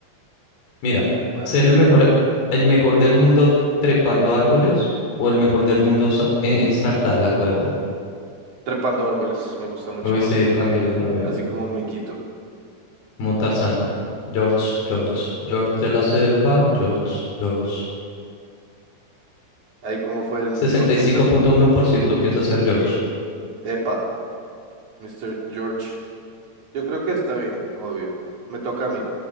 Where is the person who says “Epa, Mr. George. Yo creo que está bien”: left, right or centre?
Right